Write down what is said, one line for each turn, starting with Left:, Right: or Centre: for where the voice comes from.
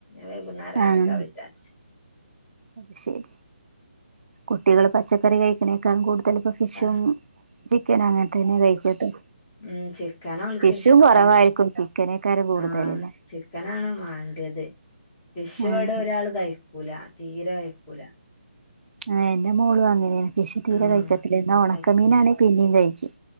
Left: വൈകുന്നേരം
Right: ആഹ്
Left: ആക്ക വിചാരിച്ച്
Right: അത് ശരി കുട്ടികള് പച്ചക്കറി കഴിക്കണേ ക്കാൾ കൂടുതലും ഇപ്പോ ഫിഷും
Left: ആഹ്
Right: ചിക്കൻ അങ്ങ ന് തന്നെ കഴിക്കത്തെ
Left: മ്മ് ചിക്കന് ഓൽക്ക്
Right: ഫിഷും
Left: ഇഷ്ടം
Right: കുറവായിരിക്കും ചിക്കനേക്കാരം കൂടുതലല്ലേ
Left: ആ ചിക്കനാണ് മാണ്ടയ ത്‌ ഫിഷ് ഇവടെ
Right: ആഹ്
Left: ഒരാള് കഴിക്കൂല തീരെ കഴിക്കൂല
Right: ആ എന്റെ മോളും അങ്ങനെ ഫിഷ് തീരെ
Left: ആഹ്
Right: കഴിക്കത്തില്ല ഇന്നാ ഒണക്കമീനണെങ്കി
Left: അയക്കൂല
Right: പിന്നെ കഴിക്കും